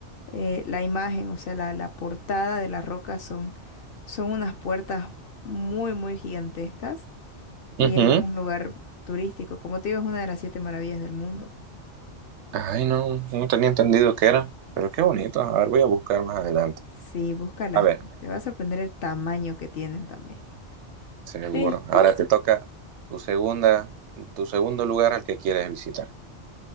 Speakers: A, on the left; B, on the right.
A: eh, la imagen, o sea, la, la portada de la roca son, son unas puertas muy, muy gigantescas y
B: Ujú.
A: es un lugar turístico. Como te digo, es una de las siete maravillas del mundo.
B: Ay, no, no tenía entendido qué era, pero qué bonito. A ver, voy a buscar más adelante.
A: Sí, búscalas,
B: A ver.
A: te te va a sorprender el tamaño que tienen también.
B: Seguro.
A: Después,
B: Ahora te toca tu segunda, tu segundo lugar al que quieres visitar.